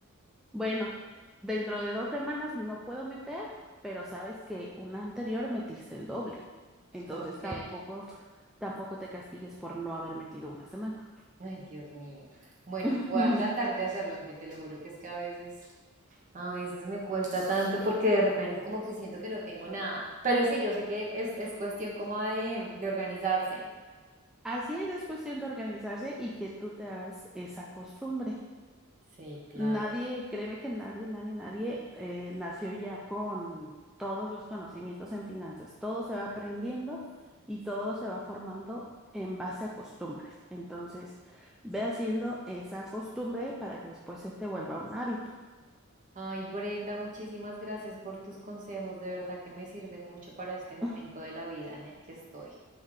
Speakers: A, in the centre; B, on the right (about 40°).
A: Bueno, dentro de dos semanas no puedo meter, pero sabes que una anterior metiste el doble. Entonces
B: ok.
A: tampoco, tampoco te castigues por no haber metido una semana.
B: Ay, Dios mío. Bueno,
A: <laughs>
B: voy a tratar de hacerlo, aunque te lo juro que es que a veces, a veces me cuesta tanto porque de repente como que siento que no tengo nada. Pero sí, yo sé que es, es cuestión como de, de organizarse.
A: Así es, es cuestión de organizarse y que tú te hagas esa costumbre.
B: Sí, claro.
A: Nadie, créeme que nadie, nadie, nadie eh, nació ya con todos los conocimientos en finanzas. Todo se va aprendiendo y todo se va formando en base a costumbres. Entonces, ve haciendo esa costumbre para que después se te vuelva un hábito.
B: Ay, Brenda, muchísimas gracias por tus consejos. De verdad que me sirven mucho para este momento
A: <laughs>
B: de la vida en el que estoy.